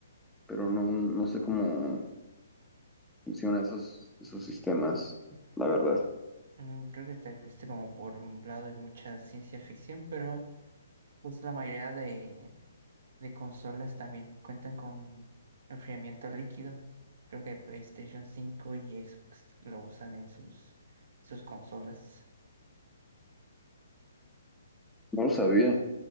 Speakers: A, in the centre; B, on the right (about 60°).
A: pero no, no sé cómo funcionan esos, esos sistemas, la verdad.
B: Mm, creo que te fuiste como por un lado de mucha ciencia ficción, pero Pues la mayoría de, de consolas también cuentan con enfriamiento líquido. Creo que PlayStation 5 y Xbox lo usan en sus, sus consolas.
A: No lo sabía.